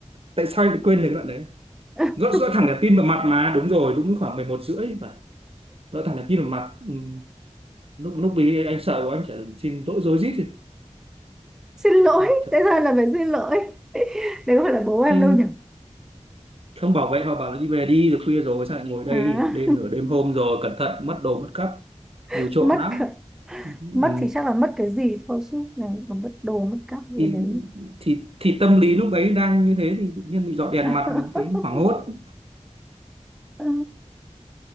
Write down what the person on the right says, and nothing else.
tại sao anh lại quên được cái đoạn đấy
dọn dọn thẳng đèn pin vào mặt mà đúng rồi đúng khoảng 11 rưỡi phải dọn thẳng đèn pin vào mặt ừ. lúc lúc ấy anh sợ quá anh chỉ xin lỗi rối rít thì
thật
Ừ.
không bảo vệ họ bảo là đi về đi rồi khuya rồi sao lại ngồi đây
đêm nửa đêm hôm rồi cẩn thận mất đồ mất cắp
nhiều trộm
lắm
ừ.
thì,
thì thì tâm lý lúc ấy đang như thế thì tự nhiên bị dọi đèn
mặt mình thấy hoảng hốt